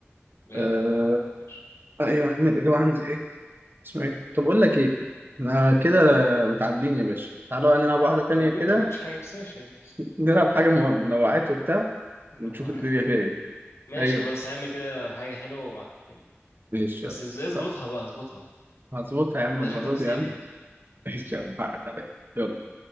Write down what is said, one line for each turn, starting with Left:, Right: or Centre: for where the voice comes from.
Left: بجد
Right: آه.
Left: ماشي
Right: آه، ايوه يا عم الاجابه عندي اسمه ايه طب اقول لك ايه انا كده متعدين يا باشا تعالوا بقى نلعب واحده
Left: انت
Right: تانية
Left: عدين
Right: كده
Left: انت جبتش حاجه بس ماشي يعني
Right: نلعب حاجه مو- منوعات وبتاع
Left: إنه
Right: ونشوف
Left: هو
Right: الدنيا
Left: حاجة.
Right: فيها ايه
Left: ماشي
Right: ايوه
Left: خلاص هعمل كده حاجه حلوه وبعد تاني
Right: ماشي
Left: بس
Right: يلا
Left: إز- اظبطها
Right: طب
Left: بقى اظبطها
Right: هظبطها يا عم
Left: اظبطها
Right: المره
Left: عشان انت بتساعدني
Right: دي يا عم <laughs> ماشي يا عم حقك عليا يلا